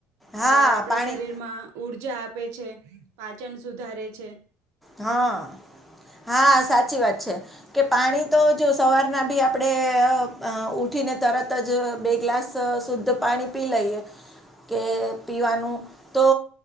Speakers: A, in the centre; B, on the right.
A: હા
B: એ આપણા
A: પાણી
B: શરીરમાં ઉર્જા આપે છે, પાચન સુધારે છે.
A: હમ હા સાચી વાત છે. કે પાણી તો જો સવારના બી આપણેે ઉઠીને તરત જ બે ગ્લાસ સુ તો પાણી પી લઈએ કે પીવાનું તો